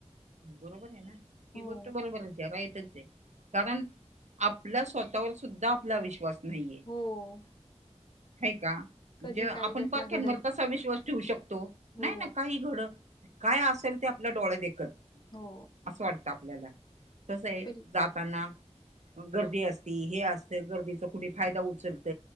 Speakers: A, on the right; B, on the left.
A: बरोबर आहे ना ही
B: हो
A: गोष्ट बरोबर आहे ज राईटच आहे. कारण आपला स्वतःवर सुद्धा आपला विश्वास. नाहीे
B: हो
A: ह का.
B: कधी
A: म्हणजे आपण
B: काय घटना
A: परख्यांवर
B: घडल
A: कसा विश्वास ठेवू शकतो
B: हो
A: नाही ना काही घडत. काय असेल ते आपल्या डोळे खत.
B: हो.
A: असं वाटतं आपल्याला कसं आहे
B: प
A: जात. ताना गर्दी असती हे अस गर्दीचा कुणी फायदा उचलत..